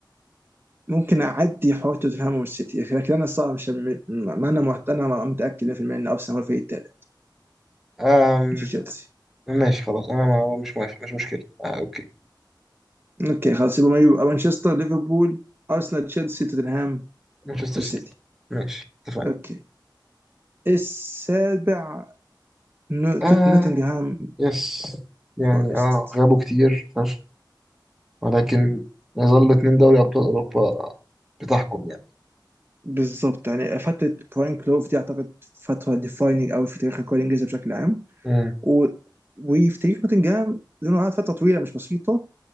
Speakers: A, on the right; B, in the centre.
A: ممكن اعدي حوار توتنهام والسيتي لكن انا الصراحه مش م- ما انا محت... انا ما- متاكد 100% ان ارسنال هو الفريق الثالث
B: آه
A: مش تشيلسي
B: ماشي خلاص انا ما... مش موافق مش مشكله آه اوكي
A: اوكي خلاص يبقى يبقى مانشستر ليفربول ارسنال تشيلسي توتنهام
B: مانشستر
A: السيتي
B: سيتي ماشي اتفقنا
A: اوكي السابع نو-
B: آه
A: توت- نوتنغهام
B: يس يعني
A: فورست
B: اه غابوا كتير فشخ ولكن يظل اتنين دوري ابطال اوروبا بتحكم يعني
A: بالظبط يعني فترة براين كلوف دي اعتقد فترة ديفايننج قوي في تاريخ الكورة الانجليزية بشكل عام
B: امم
A: و... وفي تاريخ نوتنجهام لانه قعد فتره طويله مش بسيطه